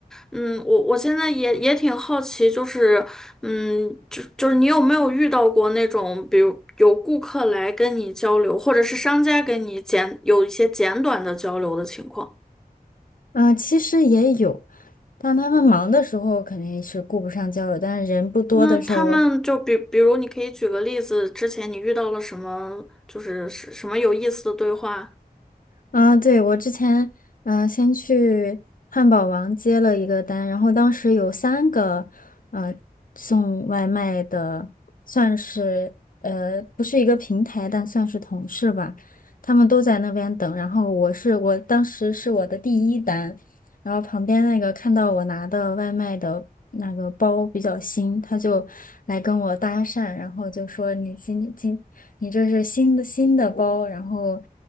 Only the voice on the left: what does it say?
呃，其实也有。当他们忙的时候，肯定是顾不上交流，但是人不多的时候，
啊，对，我之前嗯，先去汉堡王接了一个单，然后当时有三个呃送外卖的，算是呃不是一个平台，但算是同事吧，他们都在那边等，然后我是我当时是我的第一单，然后旁边那个看到我拿的外卖的那个包比较新，他就来跟我搭讪，然后就说你今今你这是新的新的包，然后，